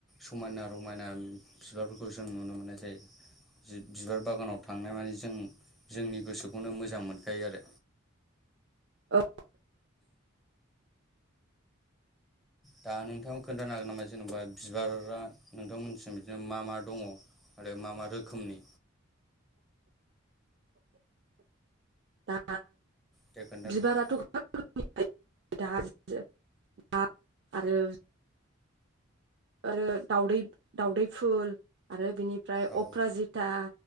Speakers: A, in the centre; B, on the right.
A: समायना रमायना बिबारफोरखौ जों नुनो मोननाय जायो। बा-बिबार बागानाव थांनाय माने जों जोंनि गोसोखौनो मोजां मोनखायो आरो।
B: औ।
A: दा नोंथांखौ खोन्थानो हागोन नामा जेनेबा बिबारा नोंथांमोननिसिम बिदिनो मा मा दंङ। आरो मा मा रोखोमनि।
B: दा
A: दे खोन्था
B: बिबाराथ'बां।
A: नोंथां
B: <unintelligible> आरो। <unintelligible> आरो दउदै दाउदै फुल आरो बिनिफ्राय
A: औ
B: अप्राजित। था